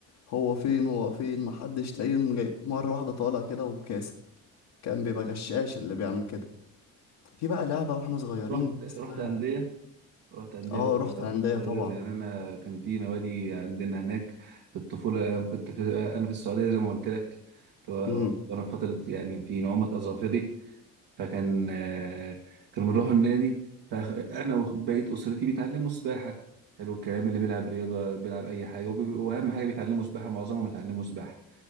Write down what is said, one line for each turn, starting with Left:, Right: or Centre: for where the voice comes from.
Left: هو فين هو فين محدش تلاقيه يوم جاي مرة واحدة طالع كده وكاسب كان بيبقى غشاش اللي بيعمل كده في بقى لعبة واحنا صغيرين
Right: رحت رحت
Left: اسمها
Right: انديه رحت أندية
Left: اه
Right: وأنت
Left: رحت
Right: وأنت
Left: هندية
Right: صغير
Left: طبعا
Right: يعني أنا كان في نوادي عندنا هناك في الطفولة أنا كنت في أنا في السعودية زي ما قلت لك ف- وأنا
Left: امم
Right: في فترة يعني في نعومة أظافري فكان آه، كانوا بنروحوا النادي فأنا وبقية أسرتي بيتعلموا سباحة حلو الكلام اللي بيلعب رياضة بيلعب أي حاجة وبي- وأهم حاجة بيتعلموا سباحة معظمهم بيتعلموا سباحة